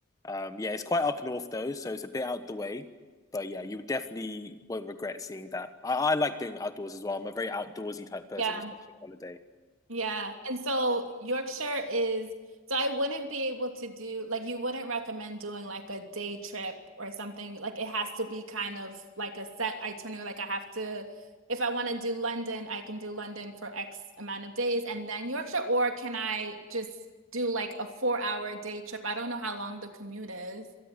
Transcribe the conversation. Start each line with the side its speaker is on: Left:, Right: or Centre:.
Left: Um, yeah, it's quite up north though, so it's a bit out the way. But yeah, you definitely won't regret seeing that. I, I like doing outdoors as well. I'm a very outdoorsy type person,
Right: Yeah,
Left: especially on holiday.
Right: yeah. And so Yorkshire is, so I wouldn't be able to do, like, you wouldn't recommend doing like a day trip or something. Like, it has to be kind of like a set itinerary. Like, I have to, if I want to do London, I can do London for X amount of days and then Yorkshire, or can I just do like a four hour day trip? I don't know how long the commute is.